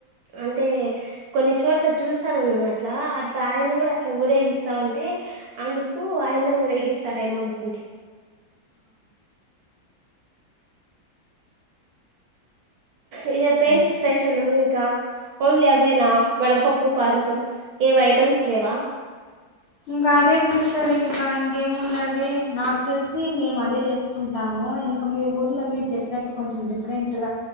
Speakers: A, on the right (about 70°); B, on the left (about 85°).
A: అంటే కొన్ని చోట్ల చూసాలన్నమాటలా అట్లా ఆయన కూడా అట్లా ఊరేగిస్తా ఉంటే అందుకు ఆయనే ఊరేగిస్తారేమో అనుకుంటే ఇదే పెయింటి
B: ఆ
A: స్పెషల్ ఇంకా ఓన్లీ అవేనా వడపప్పు పానీకం ఏవ ఐటెమ్స్ లేవా
B: ఇంకా అదే సిస్టర్ ఇంకా ఇంకా ఇంకేం ఉండది నాకు తెలిసి మేము అదే చేసుకుంటాము ఇంకా మీ ఊర్లో మీరు చెప్పిన కొంచెం డిఫరెంట్ గా